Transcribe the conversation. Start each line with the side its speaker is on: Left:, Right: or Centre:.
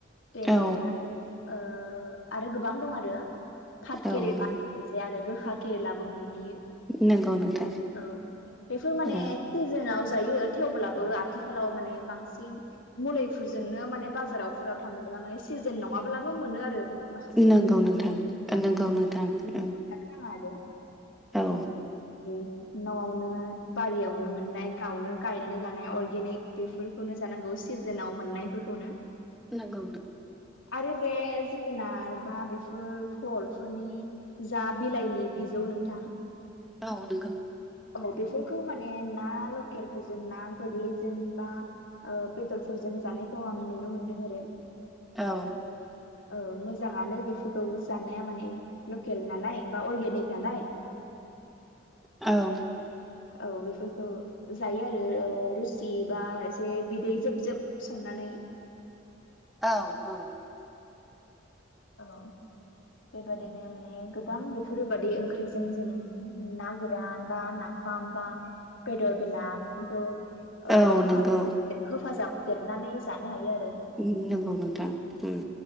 Left: बेनि
Centre: औ
Left: उनाव ओ आरो गोबां दं आरो फाथकेरेला
Centre: औ नंगौ
Left: जे आरो गोखा केरेलाबो मोननो हायो
Centre: नंगौ नोंथां
Left: औ बेफोर माने
Centre: औ
Left: सिजोनाव जायो थेवब्लाबो आथिखालाव माने बांसिन मुलिफोरजोंनो माने बाजारावफोराव थाङोब्ला माने सिजेन नङाब्लाबो मोनो आरो। माखासे ओंख्रिफोरखौ
Centre: नंगौ नोंथां नंगौ नोंथां
Left: जानो
Centre: औ।
Left: नाङा आरो
Centre: औ
Left: उम न'आवनो बारियावनो मोननाय गावनो गायनानै ला माने अर्गेनिक बेफोरखौनो जानांगौ सिजोनाव मोननायफोरखौनो
Centre: नोंगौ
Left: आरो बे जोगोनार बा बेफोर फलफोरनि जा बिलाइनि बिजौ नोंथां।
Centre: औ नोंगौ
Left: औ बेफोरखौ माने ना लकेलफोरजों ना गोरलैजों बा ओ बेदरफोरजों जानायखौ आं नुनो मोनदों आरो।
Centre: औ
Left: औ मोजाङानो बेफोरखौ जानाया माने लकेल नालाय बा अर्गेनिक नालाय।
Centre: औ
Left: औ बेफोरखौ जायो आरो ओ रुसि बा एसे बिदै जोबजोब संनानै
Centre: औ औ।
Left: औ बेबायदिनो माने गोबां बेफोरबादि ओंख्रिजों जों ना गोरान बा ना फाम बा बेदर बेला बेफोरखौ ओ
Centre: औ
Left: होफा-होेफाजाबदेरनानै
Centre: नंगौ
Left: जानो हायो आरो
Centre: उम नोंगौ नोंथां उम